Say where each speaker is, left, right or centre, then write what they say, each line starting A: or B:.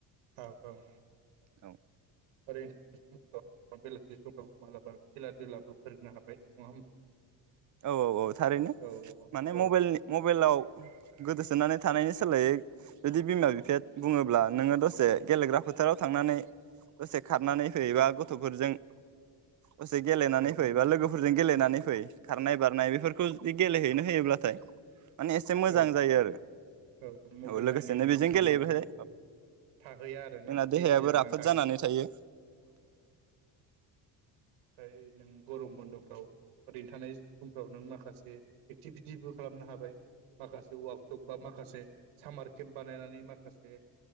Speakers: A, on the right; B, on the right.
A: औ औ।
B: औ।
A: ओरै <unintelligible> बेलासि समाव मालाबा खेला दुलाबो फोरोंनो हाबाय नङा होमबा?
B: औ औ औ थारैनो
A: औ
B: माने
A: औ
B: मबेलनि मबेलाव गोदोसोनानै थानायनि सोलायै जुदि बिमा बिफाया बुङोब्ला नोङो दसे गेलेग्रा फोथाराव थांनानै दसे खारनानै होयोबा गथ'फोरजों। दसे गेलेनानै
A: औ
B: फै‌ बा लोगोफोरजों गेलेनानै फै। खारनाय बारनाय बेफोरखौ जुदि गेलेहैनो होयोब्लाथाय माने एसे मोजां
A: औ
B: जायो आरो
A: औ मबाइल
B: औ लोगोसेनो
A: नायनायनि
B: बेजों
A: समा
B: गेलेबायथाय
A: माने थाहैया आरोना
B: जोंना देहायाबो
A: बिजि
B: राफोद
A: थागोन
B: जानानै थायो।
A: फ्राय नों गरम बन्दफ्राव ओरैनो थानाय समफ्राव नों माखासे एक्टिभिटिबो खालामनो हाबाय। माखासे वार्कशप बा माखासे सामार केम्प बानायनानै माखासे